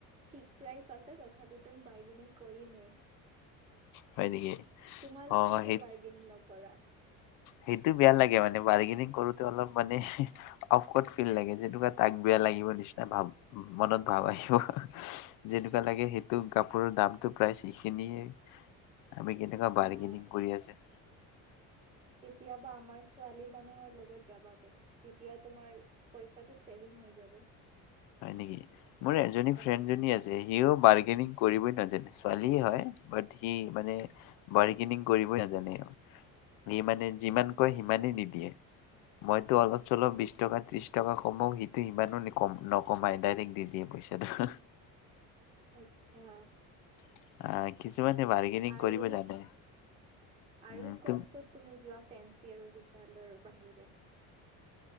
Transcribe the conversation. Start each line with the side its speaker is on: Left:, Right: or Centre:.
Right: ঠিক প্ৰাইচ আছে তথাপি তুমি বাৰ্গেনিং কৰিমেই
Left: হয় নেকি
Right: তোমালোকে
Left: অ
Right: কিয়
Left: সেই
Right: বাৰ্গেনিং নকৰা
Left: সেইটো বেয়া লাগে মানে বাৰ্গেনিং কৰোতে অলপ মানে অফকট ফিল লাগে যিহেতু তাক বেয়া লাগিব নিচিনা ভাবোঁ মনত ভাব আহিব যেনেকুৱা লাগে সেইটো কাপোৰৰ দামতটো প্ৰায়িখিনিয়ে
Right: <unintelligible>
Left: আমি কেনেকুৱা বাৰ্গেনিং
Right: নাই
Left: কৰি আছে
Right: কেতিয়াবা আমাৰ ছোৱালী মানুহৰ লগত যাবা তুমি তেতিয়া তোমাৰ পইছাটো চেভিং হৈ যাব।
Left: হয় নেকি, মোৰ এজনী
Right: হয়
Left: ফ্ৰেন্ড জনী আছে সিও বাৰ্গেইনিং কৰিবই নাজানে, ছোৱালী হয় বাত সি মানে বাৰ্গেনিং কৰিবই নাজানে সি মানে যিমান কয় সিমানেই দি দিয়ে মই অলপ চলপ বিশ টকা ত্ৰিশ টকা কমাও সিটো সিমানো নি নক কমাই ডাইৰেক্ট দি দিয়ে পইচাটো।
Right: আচ্ছা।
Left: আ, কিছুমানে বাৰ্গেনিং
Right: আৰু
Left: কৰিব জানে।
Right: আৰু
Left: উম তুম
Right: ক'ত ক'ত তুমি যোৱা ফেন্সী আৰু বিশালৰ বাহিৰে?